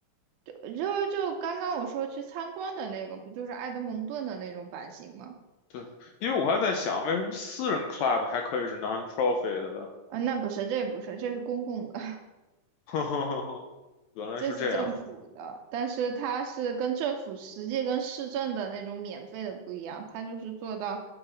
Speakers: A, on the right (about 80°); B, on the left (about 80°).
A: 就就就刚刚我说去参观的那个，不就是埃德蒙顿的那种版型吗？
B: 对，因为我还在想，为什么私人 club 还可以是 non-profit 的？
A: 嗯，那不是，这不是，这是公共的，<laughs>
B: <laughs> 呵呵呵呵，原来是这样
A: 这是政府的，但是它是跟政府实际跟市政的那种免费的不一样，它就是做到，